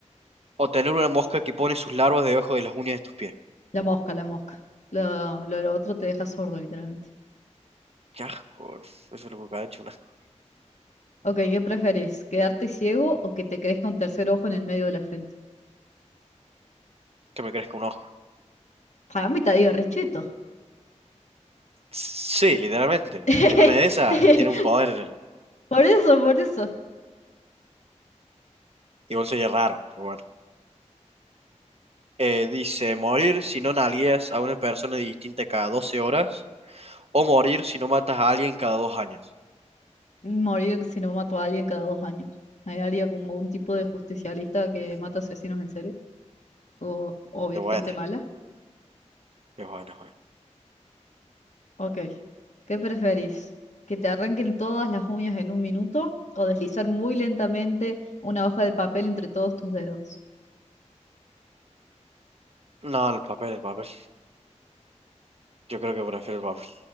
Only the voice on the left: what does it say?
La mosca, la mosca. Lo, lo, lo otro te deja sordo, literalmente.
Ok, ¿qué preferís? ¿Quedarte ciego o que te crezca un tercer ojo en el medio de la frente?
Para mí te digo, recheto.
<laughs>
Por eso, por eso.
Morir si no mato a alguien cada dos años. Ahí haría como un tipo de justicialista que mata asesinos en serie. O, o
gente
mala.
Ok. ¿Qué preferís? ¿Que te arranquen todas las uñas en un minuto? ¿O deslizar muy lentamente una hoja de papel entre todos tus dedos?